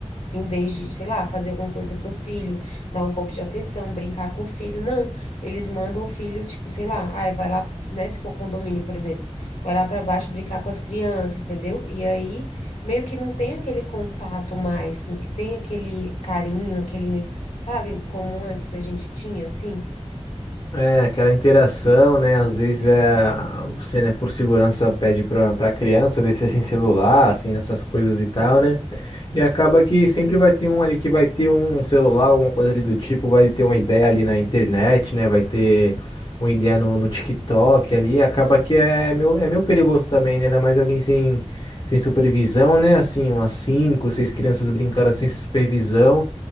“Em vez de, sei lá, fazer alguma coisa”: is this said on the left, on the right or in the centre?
Left